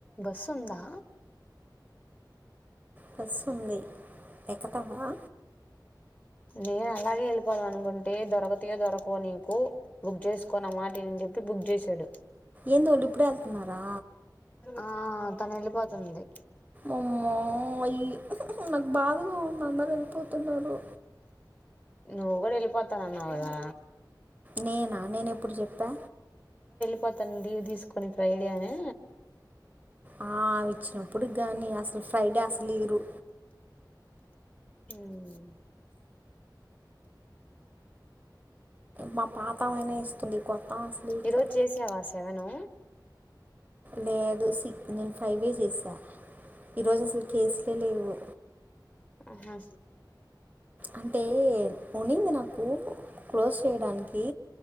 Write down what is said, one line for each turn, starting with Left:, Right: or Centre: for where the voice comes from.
Left: బస్సు ఉందా
Right: బస్సు ఉంది ఎక్కతావా
Left: నేను అలాగే వెళ్ళిపోవాల అనుకుంటే దొరకతివో దొరకువో నీకు బుక్ చేసుకో నామాట విని చెప్పి బుక్ చేసాడు
Right: ఏందోళ్ళు ఇప్పుడే వెళ్తున్నారా
Left: ఆ తను వెళ్ళిపోతుంది
Right: అమ్మో అయి ఉహు ఉహు నాకు బాధగా ఉంది అంద వెళ్ళిపోతున్నారు
Left: నువ్వు కూడా వెళ్ళిపోతానన్నావా
Right: నేనా నేను ఎప్పుడు చెప్పా
Left: త తను లీవ్ తీసుకొని ఫ్రైడే అనా
Right: ఆ ఆమె ఇచ్చినప్పుడు కానీ అసలు ఫ్రైడే అసలు ఇరు
Left: హుం
Right: మా పాతాయినే ఇస్తుంది కొత్త అసలు ఇట్లా
Left: ఈ రోజు చేసే ఆస సెవెను
Right: లేదు సిక్ నేను ఫైవ్ ఏ చేసా ఈరోజు అసలు కేసులే లేవు
Left: ఆహా
Right: అంటే ఉన్నింది నాకు క్లోజ్ చేయడానికి